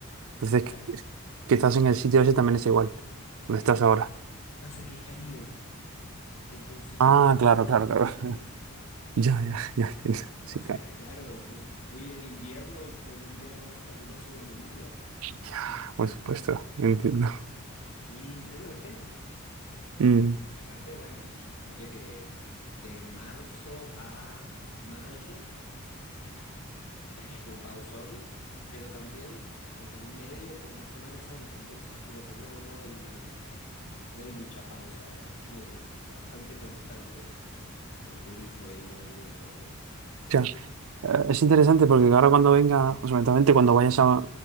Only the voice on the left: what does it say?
claro.
Pasa que es Caribe, entonces
es temporada
todo
el
año.
O sea,
claro, yo fui en invierno y fue el invierno más caluroso de mi vida
y lleno de gente.
Porque aparte, bueno, sí, ponele que de marzo a mayo tenés un pausón, pero también en el medio tenés Semana Santa, entonces como que no, no hay no hay mucha pausa, es como bastante constante el, el turismo y el movimiento allá.